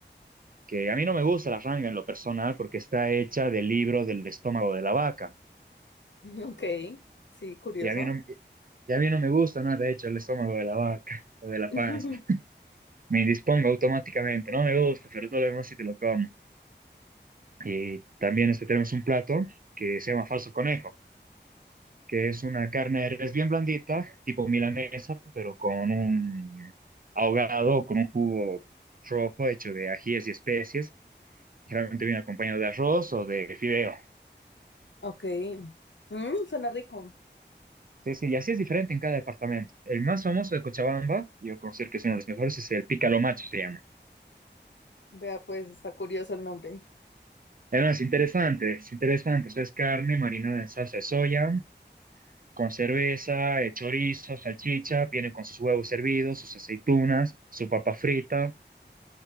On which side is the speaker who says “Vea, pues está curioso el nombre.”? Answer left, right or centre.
Left